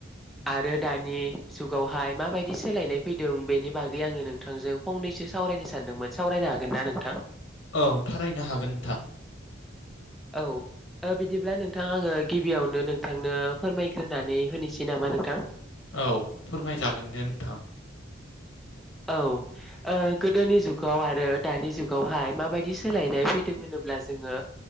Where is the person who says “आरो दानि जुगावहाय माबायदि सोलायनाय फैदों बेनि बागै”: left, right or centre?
Centre